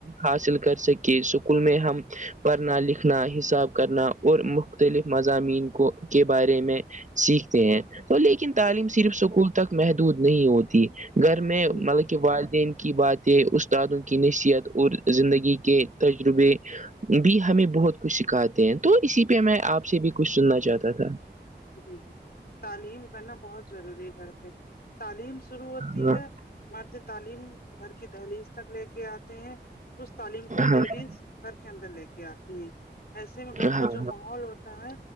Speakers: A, on the right; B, on the left.
A: حاصل کر سکے اسکول میں ہم پڑھنا لکھنا حساب کرنا اور مختلف مضامین کو کے بارے میں سیکھتے ہیں تو لیکن تعلیم
B: جی
A: صرف سکول تک محدود نہیں ہوتی گھر میں
B: ہ
A: مطلب کے والدین کی باتیں استادوں کی نصیحت اور زندگی کے تجربے بھی ہمیں
B: جی
A: بہت کچھ سکھاتے ہیں تو اسی پہ میں آپ سے بھی کچھ سننا چاہتا تھا
B: جی جی تعلیم کرنا بہت ضروری ہے گھر پہ تعلیم شروع ہوتی
A: ہاں
B: ہے مرد تعلیم گھر کی دہلیز تک لے کے آتے ہیں اس تعلیم کو لیڈیز
A: ہاں
B: گھر کے اندر لے کے آتی ہیں ایسے میں گھر
A: ہاں
B: کا جو ماحول ہوتا ہے